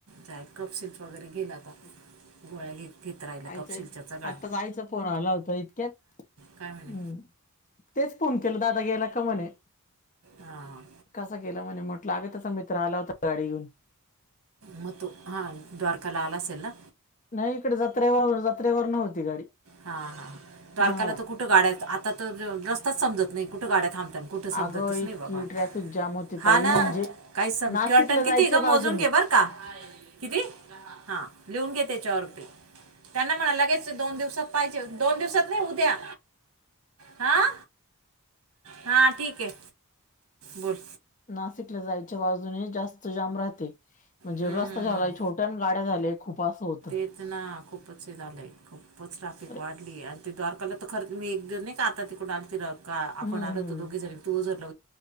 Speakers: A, on the right; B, on the left.
A: जाय कप सिल्क वगैरे घेइल आता,
B: हम्म.
A: गोळ्या घेत घेत राहिल्या
B: आईचा
A: कप सिल्कच्या चगळाय.
B: आत्ताच आईचा फोन आला होता इतक्यात
A: काय म्हणे
B: हम्म. तेच फोन केला, दादा गेला का म्हणे.
A: हां
B: कसा गेला म्हणे म्हटलं अगं, त्यांचा मित्र आला होता गाडी घेऊन.
A: म तो हां द्वारकाला आला असेल ना.
B: नाही इकडे जत्रेवर, जत्रेवर नव्हती गाडी.
A: हा हा द्वारकाला
B: हा
A: तर कुठं गाड्या आता तर, रस्ताच समजत नाही कुठं गाड्यात थांबतन. कुठ समजतच
B: अगं
A: नाही
B: इतकी
A: बाबा
B: ट्रॅफिक जाम होती
A: हा
B: ताई
A: ना,
B: म्हणजे
A: काहीच समज
B: नाशिकला
A: कॉटन किती
B: जायच्या
A: आहे गं
B: बाजूने
A: मोजून घे बरं. कां. किती हां लिहून घे तेच्यावरती, त्यांना म्हणाव लगेच दोन दिवसात. पाहिजे दोन दिवसात नाही उद्या हां. हा ठीक ये बोल.
B: नाशिकला जायच्या बाजूने जास्त जाम राहते. म्हणजे
A: हम्म
B: रस्ता
A: हम्म
B: झाला छोटा आणि गाड काय झाले खूप असं होतं.
A: केतना खूपचं हे झालंय. खूपचं ट्राफिक
B: अरे
A: वाढली ये. आणि ते द्वारकाला तर खरं मी एक दिव नाही का, आता तिकडुन आलते ते राहतं. का
B: हम्म
A: आपण आलोत
B: हम्म
A: दोघे जणी, तू उझरला